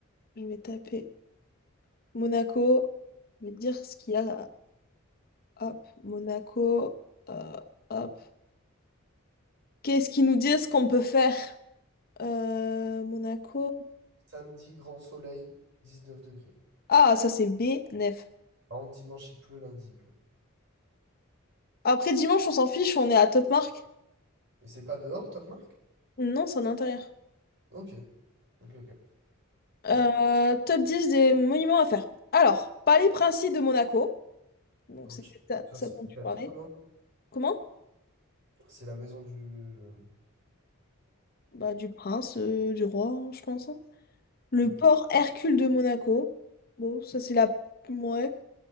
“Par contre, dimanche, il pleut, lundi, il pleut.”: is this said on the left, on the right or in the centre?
Right